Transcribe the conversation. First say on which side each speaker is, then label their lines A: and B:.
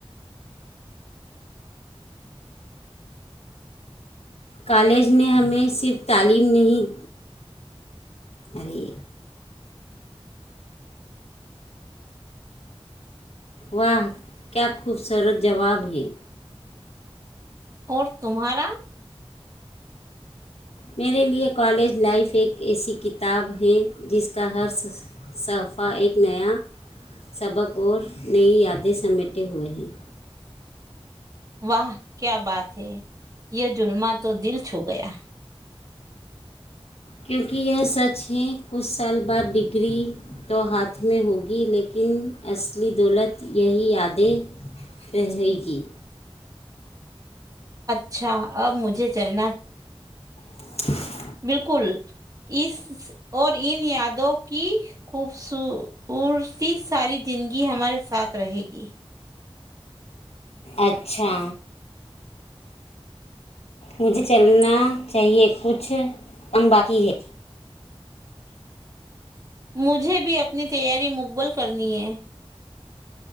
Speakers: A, on the left (about 80°); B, on the right (about 35°).
A: کالج نے ہمیں صرف تعلیم نہیں ارے وہاہ کیا خوبصورت جواب ہیں
B: اور تمہارا
A: میرے لیے کالج لائف ایک ایسی کتاب ہے جس کا ہر صحفہ ایک نیا سبق اور نئی یادیں سمیٹے ہوئے ہیں
B: واہ کیا بات ہے یہ جلمہ تو دل چھو گیا
A: کیونکہ یہ سچ ہے کچھ سال بعد ڈگری تو ہاتھ میں ہوگی لیکن اصلی دولت یہی یادیں رہے گی
B: اچھا اب مجھے چلنا
A: <inaudible>
B: بالکل اس اور ان یادوں کی خوبصورتی ساری زندگی ہمارے ساتھ رہے گی
A: اچھا مجھے چلنا چاہیے کچھ کم باقی ہے
B: مجھے بھی اپنی تیاری مقبل کرنی ہے